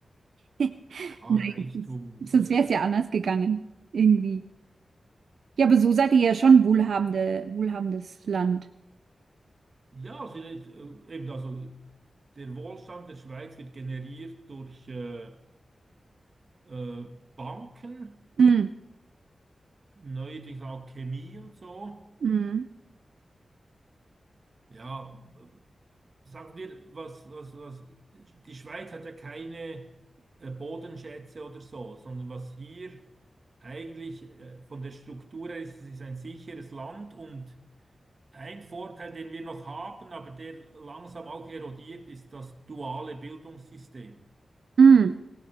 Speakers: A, on the right; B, on the right.
A: <laughs>
B: Ja,
A: Nein,
B: Reichtum.
A: sonst
B: Äh,
A: wäre es ja anders gegangen. Irgendwie. Ja, aber so seid ihr ja schon wohlhabende, wohlhabendes Land.
B: ja, also, äh, eben, also der Wohlstand der Schweiz wird generiert durch äh, äh, Banken,
A: Mm,
B: neuerdings auch Chemie und so.
A: mm,
B: Ja, sagen wir, was, was, was, die Schweiz hat ja keine äh, Bodenschätze oder so, sondern was hier eigentlich äh, von der Struktur her ist, es ist ein sicheres Land und ein Vorteil, den wir noch haben, aber der langsam auch erodiert, ist das duale Bildungssystem.
A: mm,